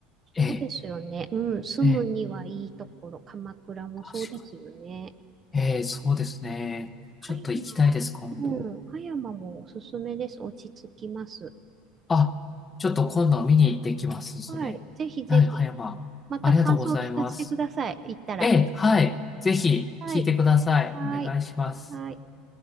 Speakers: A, on the left; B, on the right.
A: ええ、
B: そうですよね。うん、住むにはいいところ、
A: ええ
B: 鎌倉もそうですよね。
A: 確かに。ええ、そうですね。
B: 葉山、
A: ちょっと行きたいです、今度。
B: うん、葉山もおすすめです。落ち着きます。
A: あ、ちょっと今度見に行ってきます、それ。
B: はい、ぜひぜひ、
A: はい、葉山。
B: また感想を聞かせてください。
A: ありがとうございます。
B: 行ったら。
A: ええ、はい。ぜひ聞いてください。
B: はい。はーい。
A: お願いします。
B: はーい。